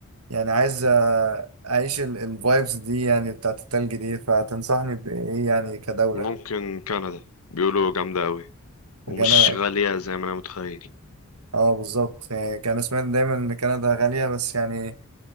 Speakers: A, on the right; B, on the left.
A: يعني عايز آه، اعيش الفايبس دي يعني بتاعت التلج دي فتنصحني بايه يعني كدولة
B: ممكن كندا بيقولوا جامدة أوي ومش
A: كان
B: غالية زي ما أنا متخيل
A: اه بالظبط يعني كان سمعت دايما ان كندا غالية بس يعني